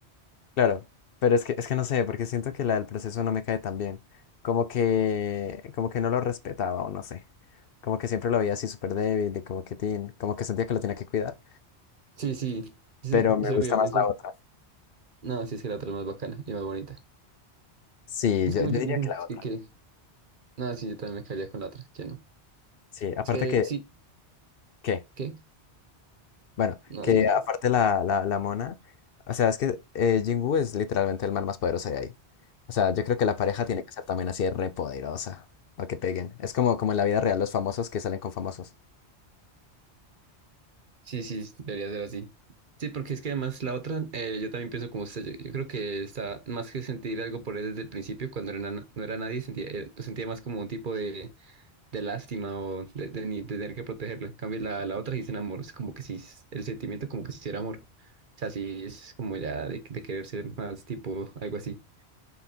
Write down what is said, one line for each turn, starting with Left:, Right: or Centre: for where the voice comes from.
Left: claro, pero es que, es que no sé, porque siento que la del proceso no me cae tan bien. Como que, como que no lo respetaba o no sé. Como que siempre lo veía así súper débil y como que, tin, como que sentía que lo tenía que cuidar.
Right: Sí, sí, eso,
Left: Pero
Right: eso
Left: me
Right: es lo
Left: gusta
Right: que yo
Left: más
Right: pienso.
Left: la otra.
Right: No, sí, es que la otra es más bacana y más bonita.
Left: Sí,
Right: Es
Left: yo,
Right: que muchos
Left: yo diría
Right: dicen
Left: que la otra.
Right: que, que, no, sí, yo también me caería con la otra, que no.
Left: Sí, aparte
Right: Es que
Left: que...
Right: sí,
Left: ¿Qué?
Right: ¿qué?
Left: Bueno,
Right: No,
Left: que
Right: sí, que ustedes.
Left: aparte la, la, la mona, o sea, es que eh, Jinwoo es literalmente el man más poderoso de ahí. O sea, yo creo que la pareja tiene que ser también así de re poderosa, o que peguen. Es como, como en la vida real los famosos que salen con famosos.
Right: Sí, sí, debería ser así. Sí, porque es que además la otra, eh, yo también pienso como usted. Yo, yo creo que está más que sentir algo por él desde el principio, cuando era na- no era nadie, sentía, eh, pues sentía más como un tipo de de lástima o de, de ni- de tener que protegerlo. En cambio, la, la otra dicen amor, es como que si el sentimiento como que si era amor. O sea, sí es como ya de, de querer ser más tipo algo así.